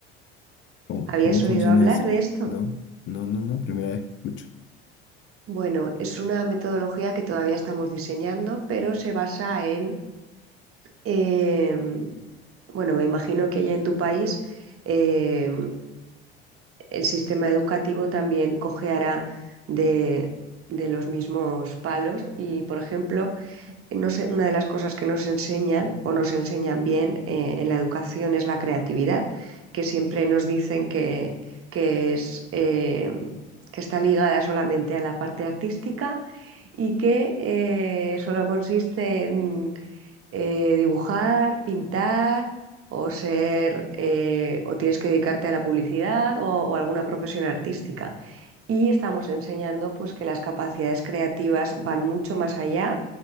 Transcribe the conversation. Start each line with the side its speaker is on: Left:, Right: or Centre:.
Left: ¿Cómo,
Right: ¿Habías
Left: cómo funciona
Right: oído hablar
Left: eso?
Right: de esto?
Left: No, no, no, no, primera vez que escucho.
Right: Bueno, es una metodología que todavía estamos diseñando, pero se basa en, eh, bueno, me imagino que allá en tu país eh, el sistema educativo también cojeará de, de los mismos palos y, por ejemplo, no sé, una de las cosas que nos enseñan o nos enseñan bien eh, en la educación es la creatividad, que siempre nos dicen que, que es, eh, que está ligada solamente a la parte artística y que eh, solo consiste en eh, dibujar, pintar o ser eh, o tienes que dedicarte a la publicidad o, o alguna profesión artística. Y estamos enseñando pues que las capacidades creativas van mucho más allá